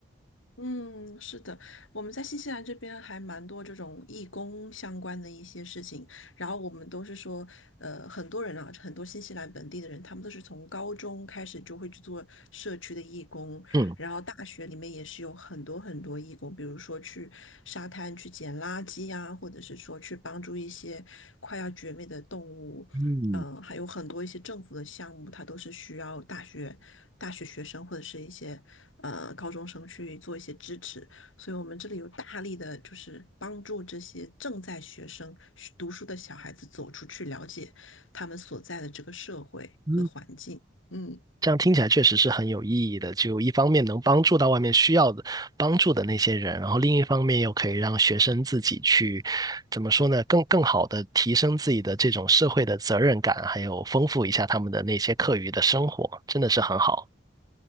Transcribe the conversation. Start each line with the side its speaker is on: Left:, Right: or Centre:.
Left: 嗯，是的，我们在新西兰这边还蛮多这种义工相关的一些事情，然后我们都是说，呃，很多人啊，很多新西兰本地的人，他们都是从高中开始就会去做社区的义工，
Right: 嗯。
Left: 然后大学里面也是有很多很多义工，比如说去沙滩去捡垃圾呀，或者是说去帮助一些快要绝灭的动物，
Right: 嗯
Left: 嗯、还有很多一些政府的项目，它都是需要大学大学学生或者是一些呃高中生去做一些支持。所以我们这里有大力的，就是帮助这些正在学生读书的小孩子走出去，了解他们所在的这个社会和环境。
Right: 嗯，
Left: 嗯，
Right: 这样听起来确实是很有意义的。就一方面能帮助到外面需要的帮助的那些人，然后另一方面又可以让学生自己去，怎么说呢，更更好的提升自己的这种社会的责任感，还有丰富一下他们的那些课余的生活，真的是很好。